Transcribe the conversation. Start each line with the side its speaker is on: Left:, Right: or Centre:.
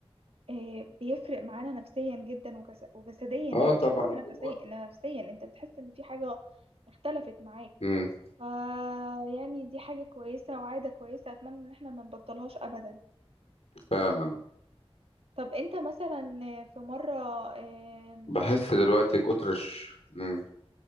Right: آه، بيفرق معانا نفسيا جدا وجس- وجسديا
Left: اه
Right: يعني
Left: طبعا
Right: مش بس نفسيا
Left: دلوقتي
Right: نفسيا أنت بتحس إن في حاجة اختلفت معاك
Left: امم
Right: ف يعني دي حاجة كويسة وعادة كويسة أتمنى إن احنا ما نبطلهاش أبدا
Left: فعلا
Right: طب أنت مثلا في مرة آم،
Left: بحس دلوقتي كتر الش... مم.